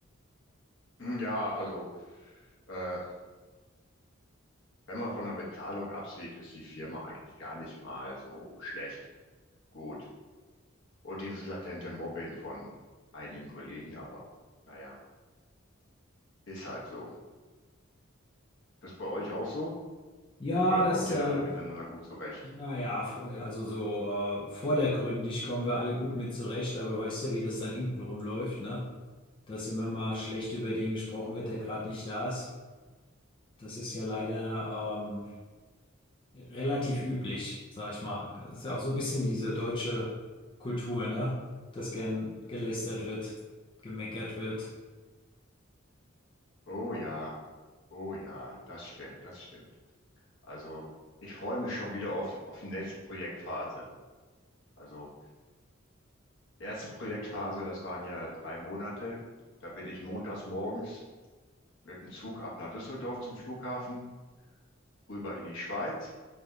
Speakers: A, on the left; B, on the left.
A: ja, also äh, wenn man von der Bezahlung absieht, ist die Firma eigentlich gar nicht mal so schlecht. Gut. Und dieses latente Mobbing von einigen Kollegen, aber naja, ist halt so. Das bei euch auch so?
B: Ja,
A: Oder
B: das,
A: kommt
B: äh,
A: ihr da alle miteinander gut zurecht?
B: naja, also so äh, vordergründig kommen wir alle gut mit zurecht, aber weißt ja, wie das dann hinten rumläuft, ne? Dass immer mal schlecht über den gesprochen wird, der gerade nicht da ist. Das ist ja leider ähm, relativ üblich, sag ich mal. Das ist ja auch so ein bisschen diese deutsche Kultur, ne? Dass gern gelästert wird, gemeckert wird.
A: Oh ja, oh ja, das stimmt, das stimmt. Also, ich freue mich schon wieder auf, auf die nächste Projektphase. Also, erste Projektphase, das waren ja drei Monate. Da bin ich montags morgens mit dem Zug ab nach Düsseldorf zum Flughafen, rüber in die Schweiz.